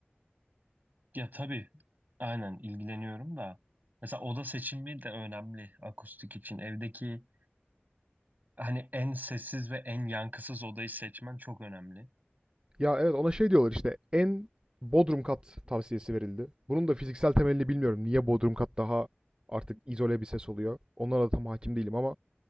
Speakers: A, on the right (about 45°); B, on the right (about 25°).
A: Ya tabii aynen ilgileniyorum da mesela oda seçimi de önemli akustik için. Evdeki hani en sessiz ve en yankısız odayı seçmen çok önemli.
B: Ya evet ona şey diyorlar işte en bodrum kat tavsiyesi verildi. Bunun da fiziksel temelini bilmiyorum. Niye bodrum kat daha artık izole bir ses oluyor. Onlara da tam hakim değilim ama